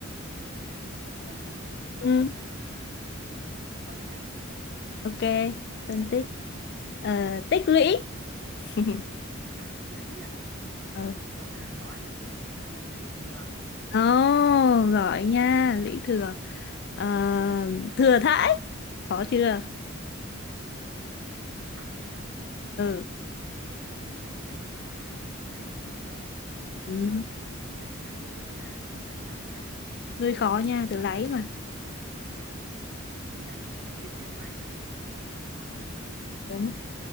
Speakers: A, on the right; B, on the left.
A: bón phân à phân
B: ừ.
A: là phân tích
B: ok phân tích Ờ, tích lũy <laughs>
A: à lũy à
B: ừ.
A: không làm khó em đâu chị ơi lũy thừa
B: Ồ, giỏi nha, lũy thừa. Ờ, thừa thãi. Khó chưa?
A: không tức thãi à
B: Ừ.
A: chết chà chà chà chà chà cái này phải suy nghĩ rồi
B: Ừ.
A: chị cho em một chút thời gian nghĩ nha thãi à
B: Hơi khó nha, từ lấy mà.
A: Mà công nhận cái từ lấy là rất là khó làm
B: Đúng.